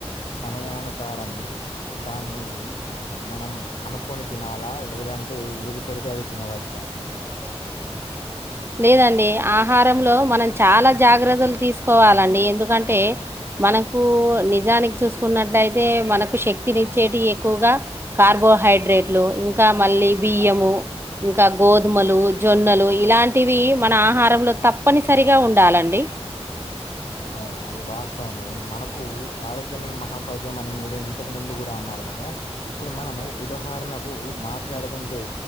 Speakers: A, on the left; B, on the right.
A: సమయానుసారం దాన్ని మనం అనుకొని తినాలా? లేదంటే ఏది పెడితే అది తినవచ్చా.
B: <inaudible> లేదండి ఆహారంలో మనం చాలా జాగ్రత్తలు తీసుకోవాలండి ఎందుకంటే మనకు నిజానికి చూసుకున్నట్లయితే మనకు శక్తినిచ్చేటివి ఎక్కువగా కార్బోహైడ్రేట్లు ఇంకా మళ్ళీ బియ్యము. ఇంకా గోధుమలు, జొన్నలు ఇలాంటివి మన ఆహారంలో తప్పనిసరిగా ఉండాలండి.
A: అవును, అది వాస్తవమే మనకు ఆరోగ్యమే మహాభాగ్యం అని మీ ఇంతకు ముందు కూడా అన్నారు కదా? ఇప్పుడు మనము ఉదాహరణకు మాట్లాడుకుంటే